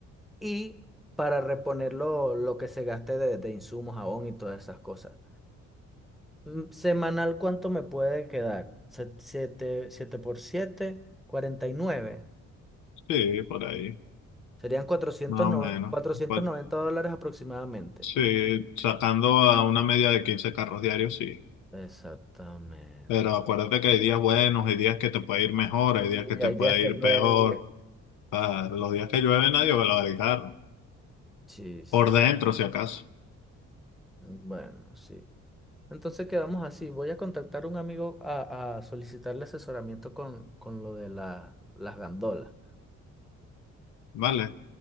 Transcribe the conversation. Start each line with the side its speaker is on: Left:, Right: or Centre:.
Centre: y para reponer lo, lo que se gaste de, de insumos, jabón y todas esas cosas. Mm, Semanal, ¿cuánto me puede quedar? siete por siete cuarenta y nueve
Left: Sí, por ahí,
Centre: Serían cuatrocientos
Left: más o
Centre: noventa
Left: menos.
Centre: cuatrocientos
Left: Pues,
Centre: noventa dólares aproximadamente.
Left: sí, sacando a una media de 15 carros diarios, sí.
Centre: Exactamente.
Left: Pero acuérdate que hay días buenos, hay días que te puede ir mejor, hay días
Centre: Sí,
Left: que te
Centre: hay
Left: puede
Centre: días que
Left: ir
Centre: llueve.
Left: peor. Ah, los días que llueve nadie va a lavar el carro.
Centre: Sí, sí.
Left: Por dentro, si acaso,
Centre: Bueno, sí. Entonces quedamos así. Voy a contactar a un amigo a, a solicitarle asesoramiento con, con lo de la- las gandolas.
Left: ¿vale?